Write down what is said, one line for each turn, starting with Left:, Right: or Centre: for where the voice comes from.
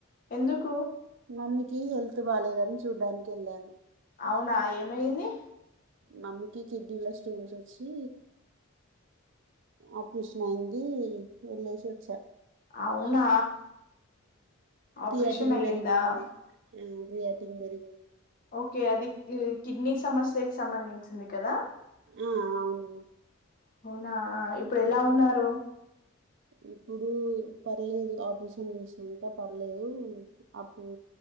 Left: ఎందుకు
Right: మమ్మీకి హెల్త్ బాగాలేదని చూడ్డానికి వెళ్ళాను
Left: అవునా ఏమయింది
Right: మమ్మకి కిడ్నీల స్టోన్స్ వచ్చి ఆపరేషన్ అయింది వెళ్ళేసి వచ్చా
Left: అవునా
Right: క్రియేటింగ్
Left: ఆపరేషన్ అయ్యిందా
Right: పెరిగింది క్రియేటింగ్ పెరిగింది
Left: కే అది ఈ కిడ్నీ సమస్య సంబంధించింది కదా
Right: ఆ అవును
Left: నా ఇప్పుడు ఎలా
Right: ఉమ్,
Left: ఉన్నారు
Right: ఇప్పుడు పర్లేదు ఆపరేషన్ చేసినక పర్లేదు అప్పు